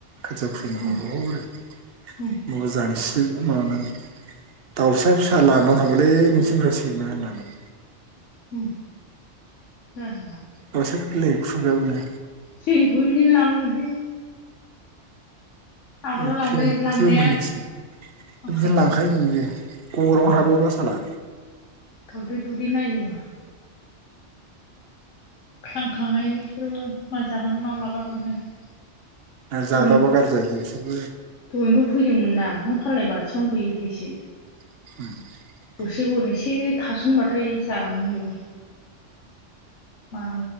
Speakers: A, on the right; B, on the left.
A: खोथिया खुुलिनो माब
B: उम
A: ब
B: उम
A: बाबा जांसिग माबानानै दाउसा फिसा ला थांबायलै नोंसनिग्रा सैमा होननानै
B: उम उम
A: गसोर गोरलै खुगाबनो
B: जोंनिखौदिनो लांगोनहाय आगोलाव
A: बे
B: लांबाय
A: फ्रियम
B: लांनाया
A: होननोसै
B: माखासे
A: बिदिनो लांखायोमोन बेयो। गग्राव हाबोबा साला
B: थौदै दौदै नाया ख्रांखांनायसोरबो मा जागोन ना मागोन मोनो। <unintelligible>
A: आरो जादाबा गाज्रि जायोलै बिसोरबो
B: फैदोंमोनदां नों फालाय बाथिनो गैयै फैसो
A: <inaudible>
B: गरसे गन इसे थासनबाथाय जालांजोबो मा